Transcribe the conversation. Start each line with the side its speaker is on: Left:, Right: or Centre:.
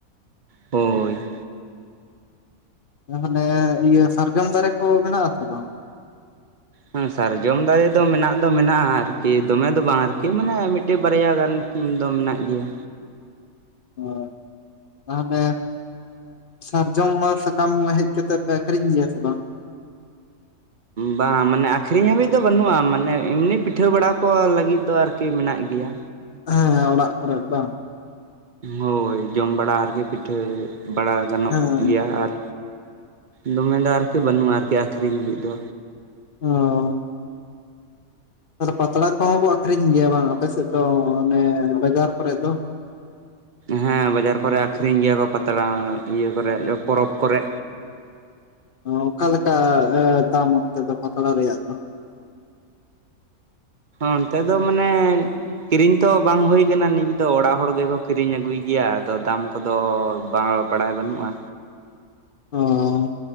Right: ᱦᱳᱭ᱾
Left: ᱟᱨ ᱢᱟᱱᱮ ᱤᱭᱟᱹ ᱥᱟᱨᱡᱚᱢ ᱫᱟᱨᱮ ᱠᱩ ᱢᱮᱱᱟᱜ ᱟᱥᱮ ᱵᱟᱝ?
Right: ᱦᱮᱸ ᱥᱟᱨᱡᱚᱢ ᱫᱟᱨᱮ ᱫᱚ ᱢᱮᱱᱟᱜ ᱫᱚ ᱢᱮᱱᱟᱜᱼᱟ ᱟᱨᱠᱤ ᱫᱚᱢᱮ ᱫᱚ ᱵᱟᱝ ᱟᱨᱠᱤ ᱢᱟᱱᱮ ᱢᱤᱫ ᱴᱮᱱ ᱵᱟᱨᱭᱟ ᱜᱟᱱ᱾ ᱫᱚᱢ ᱢᱮᱱᱟᱜ ᱜᱮᱭᱟ᱾
Left: ᱦ <unintelligible> ᱛᱟᱦᱚᱞᱮ ᱥᱟᱨᱡᱚᱢ ᱢᱟ ᱥᱟᱠᱟᱢ ᱠᱚᱢᱟ ᱦᱮᱡ ᱠᱟᱛᱮ ᱯᱮ ᱟᱠᱷᱨᱤᱧ ᱜᱮᱭᱟ ᱥᱮ ᱵᱟᱝ?
Right: ᱵᱟᱝᱟ ᱢᱟᱱᱮ ᱟᱹᱠᱷᱨᱤᱧ ᱦᱟᱹᱵᱤᱡ ᱫᱚ ᱵᱟᱹᱱᱩᱜᱼᱟ ᱢᱟᱱᱮ ᱮᱢᱱᱤ ᱯᱤᱴᱷᱟᱹ ᱵᱟᱲᱟ ᱠᱚ ᱞᱟᱹᱜᱤᱫ ᱫᱚ ᱟᱨᱠᱤ ᱢᱮᱱᱟᱜ ᱜᱮᱭᱟ᱾
Left: ᱦᱮᱸ ᱦᱮᱸ ᱚᱲᱟᱜ ᱠᱚᱨᱮ ᱫᱚ
Right: ᱦᱚᱭ ᱡᱚᱢ ᱵᱟᱲᱟ ᱟᱨᱠᱤ ᱯᱤᱴᱷᱟᱹ ᱵᱟᱲᱟ ᱜᱟᱱᱚᱜ
Left: ᱦᱮᱸ
Right: ᱜᱮᱭᱟ ᱟᱨᱼᱼ ᱫᱚᱢᱮ ᱫᱚ ᱟᱨᱠᱤ ᱵᱟᱹᱱᱩᱜᱼᱟ ᱟᱨᱠᱤ ᱟᱹᱠᱷᱨᱤᱧ ᱦᱟᱹᱵᱤᱡ ᱫᱚ᱾
Left: ᱚᱻ ᱟᱨ ᱯᱟᱛᱲᱟ ᱠᱚᱦᱚᱸ ᱠᱚ ᱟᱹᱠᱷᱨᱤᱧ ᱜᱮᱭᱟ ᱵᱟᱝ ᱟᱯᱮ ᱥᱮᱫ ᱫᱚ ᱚᱱᱮ ᱵᱟᱡᱟᱨ ᱠᱚᱨᱮ ᱫᱚ?
Right: ᱦᱮᱸ ᱵᱟᱡᱟᱨ ᱠᱚᱨᱮ ᱟᱹᱠᱷᱨᱤᱧ ᱜᱮᱭᱟ ᱠᱚ ᱯᱟᱛᱲᱟ ᱤᱭᱟᱹ ᱠᱚᱨᱮ ᱯᱚᱨᱚᱵᱽ ᱠᱚᱨᱮ᱾
Left: ᱚᱠᱟ ᱞᱮᱠᱟ ᱫᱟᱢ ᱚᱱᱛᱮ ᱫᱚ ᱯᱟᱛᱲᱟ ᱨᱮᱭᱟᱜ ᱫᱚ?
Right: ᱚᱱᱛᱮ ᱫᱚ ᱢᱟᱱᱮᱼᱼ ᱠᱤᱨᱤᱧ ᱛᱚ ᱵᱟᱝ ᱦᱩᱭ ᱟᱠᱟᱱᱟ ᱱᱤᱡᱮ ᱫᱚ ᱚᱲᱟᱜ ᱦᱚᱲ ᱜᱮᱠᱚ ᱠᱤᱨᱤᱧ ᱟᱹᱜᱩᱭ ᱜᱮᱭᱟ ᱟᱫᱚ ᱫᱟᱢᱼᱼ ᱠᱚᱫᱚ ᱵᱟᱝ ᱵᱟᱲᱟᱭ ᱵᱟᱹᱱᱩᱜᱼᱟ
Left: ᱚᱸ